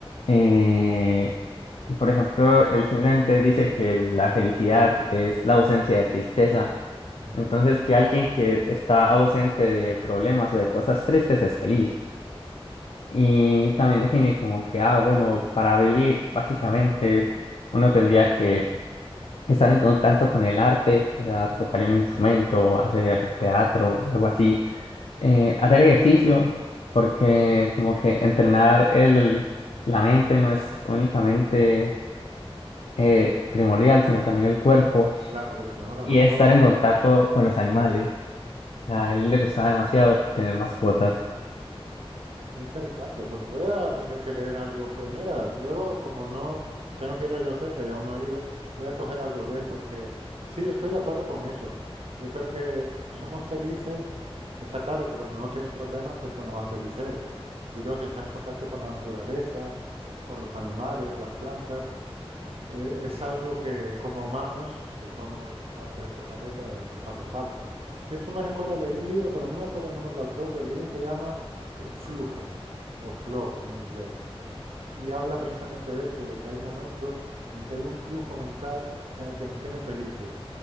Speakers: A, on the left (about 70°); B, on the right (about 75°).
A: eh, y por ejemplo, él simplemente dice que la felicidad es la ausencia de tristeza.
B: Ajá.
A: Entonces, que alguien que está ausente de problemas o de cosas tristes es feliz. Y también define como que, ah, bueno, para vivir, básicamente, uno tendría que estar en contacto con el arte, o sea, tocar un instrumento, hacer teatro, algo así eh, hacer ejercicio, porque como que entrenar el, la mente no es únicamente eh, primordial, sino también el cuerpo,
B: Claro, porque tenemos las
A: y
B: dos
A: estar
B: cosas.
A: en contacto con los animales. A él le gustaba demasiado tener mascotas,
B: Qué interesante, pues voy a tener que leer algo. Pues mira, luego como no tengo que ir a la biblioteca y aún no he ido, voy a coger algo de él porque sí, yo estoy de acuerdo con eso. Yo creo que somos felices, está claro que cuando no tienes problemas es cuando más feliz eres. Y luego si estás en contacto con la naturaleza, con los animales, las plantas, eh, es algo que como humanos, que somos parte de este planeta, nos hace falta. Si eso me recuerda, leí un libro, pero no me acuerdo el nombre del autor, pero el libro se llama eh, Flujo o Flow en inglés. Y habla precisamente de esto, de que hay momentos en que hay un flujo mental en el que nos tiene felices